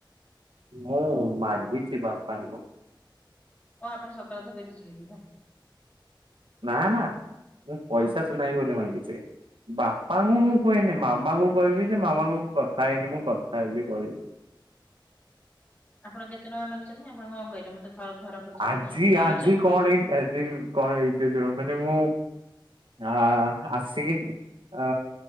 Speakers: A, on the right; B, on the left.
A: ହଁ ମାାଗିଛି ବାପା ଙ୍କୁ।
B: ହଁ ଆପଣ ସତ କଥା କହିଦେଇଛନ୍ତି କି ଘରେ।
A: ନା ନା ମୁଁ ପଇସାଚ
B: ଆଉ
A: ନା ବୋଲି ମାଗଛି। ବାପାଙ୍କୁ ମୁଁ କହନି ମାମାଙ୍କୁ କହିବି ଯେ ମାମାଙ୍କୁ କଥା ହେଇନି ମୁଁ କଥା ହେବି କହିବି।
B: ଆପଣ କେତେ ଟଙ୍କା ମାଗିଛନ୍ତି ଆପଣ କଣ କହିଲେ ମତେ ଘର ଖର୍ଚ୍ଚ
A: ଆଜି
B: ଆଛା
A: ଆଜି କଣ ହେଇ ଆଜି କଣ ହେଇଛି ଶୁଣ ମାନେ ମୁଁ ହ ଆସିକି ଅ